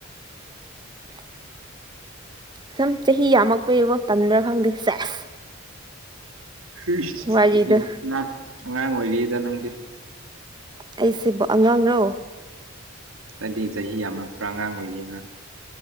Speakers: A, on the right; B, on the right.
A: <inaudible> ꯁꯨꯝ ꯆꯍꯤ ꯌꯥꯝꯃꯛꯄꯩꯕꯣ ꯇꯟꯕ꯭ꯔꯥ ꯈꯪꯗꯦ ꯁꯦꯁ
B: ꯏꯁ
A: ꯋꯥꯔꯤꯗꯣ
B: ꯑꯉꯥꯡ ꯑꯣꯏꯔꯤꯌꯦꯗ ꯅꯪꯗꯤ
A: ꯑꯩꯁꯤꯕꯨ ꯑꯉꯥꯡꯔꯣ
B: ꯍꯥꯏꯗꯤ ꯆꯍꯤ ꯌꯥꯝꯂꯛꯄ꯭ꯔꯥ ꯑꯉꯥꯡ ꯑꯣꯏꯔꯤꯑꯦꯅ